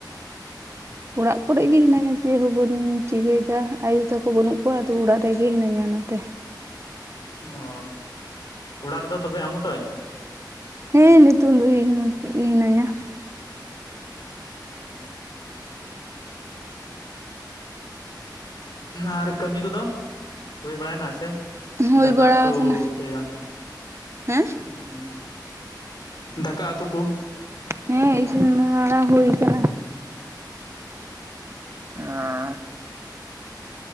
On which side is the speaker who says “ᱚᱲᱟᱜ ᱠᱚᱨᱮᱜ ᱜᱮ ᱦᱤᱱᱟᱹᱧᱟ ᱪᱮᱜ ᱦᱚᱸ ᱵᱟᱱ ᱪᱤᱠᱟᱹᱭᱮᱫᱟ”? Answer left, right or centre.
Right